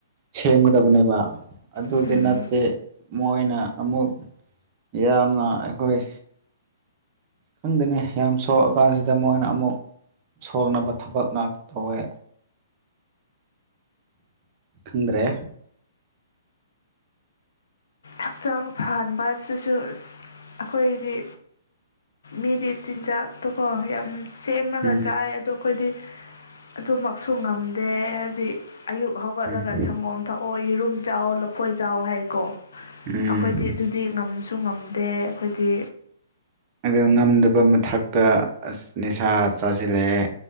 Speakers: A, on the right; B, on the left.
A: ꯁꯦꯝꯒꯗꯕꯅꯦꯕ ꯑꯗꯨꯗꯤ
B: ꯎꯝ
A: ꯅꯠꯇꯦ ꯃꯣꯏꯅ ꯑꯃꯨꯛ ꯌꯥꯝꯅ ꯑꯩꯈꯣꯏ ꯑ ꯈꯪꯗꯅ ꯌꯥꯝ ꯁꯣꯛꯑꯀꯥꯟꯁꯤꯗ ꯃꯣꯏꯅ ꯑꯃꯨꯛ ꯁꯣꯛꯅꯕ ꯊꯕꯛ ꯉꯥꯛꯇ ꯇꯧꯋꯦ ꯈꯗ꯭ꯔꯦ
B: ꯍꯛꯆꯥꯡ ꯐꯍꯟꯕ ꯍꯥꯏꯕꯁꯤꯁꯨ ꯑ ꯑꯩꯈꯣꯏꯗꯤ ꯃꯤꯗꯤ ꯆꯤꯟꯖꯥꯛꯇꯣꯀꯣ ꯌꯥꯝ ꯁꯦꯝꯃꯒ
A: ꯎꯝ
B: ꯆꯥꯏ ꯑꯗꯣ ꯑꯩꯈꯣꯏꯗꯤ ꯑꯗꯨꯃꯛꯁꯨ ꯉꯝꯗꯦ ꯍꯥꯏꯕꯗꯤ ꯑꯌꯨꯛ ꯍꯧꯒꯠꯂꯒ
A: ꯎꯝ
B: ꯁꯪꯒꯣꯝ ꯊꯛꯑꯣ ꯌꯦꯔꯨꯝ ꯆꯥꯎꯑꯣ ꯂꯐꯣꯏ ꯆꯥꯎ ꯍꯥꯏꯀꯣ
A: ꯎꯝ
B: ꯑꯩꯈꯣꯏꯗꯤ ꯑꯗꯨꯗꯤ ꯉꯝꯁꯨ ꯉꯝꯗꯦ ꯑꯩꯈꯣꯏꯗꯤ
A: ꯑꯗꯨ ꯉꯝꯗꯕ ꯃꯊꯛꯇ ꯑꯁ ꯅꯤꯁꯥ ꯆꯥꯁꯤꯜꯂꯛꯑꯦ